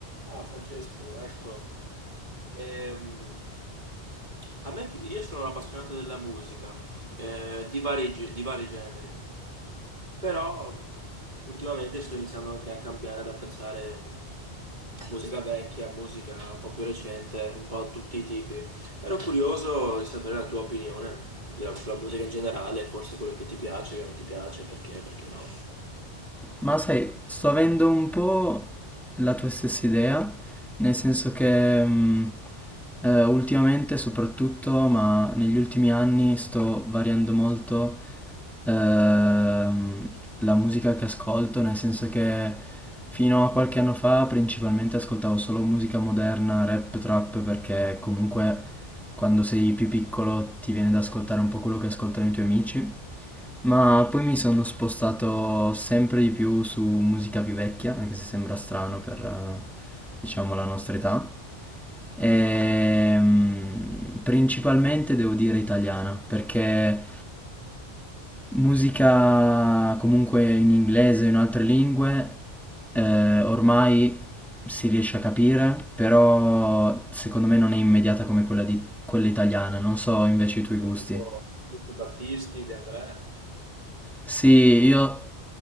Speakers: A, on the right; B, in the centre.
A: Ah, Francesco, ecco, Ehm, a me, io sono un appassionato della musica, eh, di vari, ge- di vari generi, però ultimamente sto iniziando anche a cambiare, ad apprezzare musica vecchia, musica un po' più recente, un po' tutti i tipi. Ero curioso di sapere la tua opinione della- sulla musica in generale, forse quello che ti piace, che non ti piace, perché, perché no.
B: Ma sai, sto avendo un po' la tua stessa idea, nel senso che mm, eh, ultimamente soprattutto, ma negli ultimi anni sto variando molto ehm, la musica che ascolto, nel senso che fino a qualche anno fa principalmente ascoltavo solo musica moderna, rap, trap, perché comunque quando sei più piccolo ti viene da ascoltare un po' quello che ascoltano i tuoi amici. Ma poi mi sono spostato sempre di più su musica più vecchia, anche se sembra strano per, eh, diciamo, la nostra età. Ehm, principalmente devo dire italiana, perché musica comunque in inglese o in altre lingue eh, ormai si riesce a capire, però secondo me non è immediata come quella di, quella italiana. Non so invece i tuoi gusti.
A: Tipo Lucio Battisti, De André,
B: Sì, io...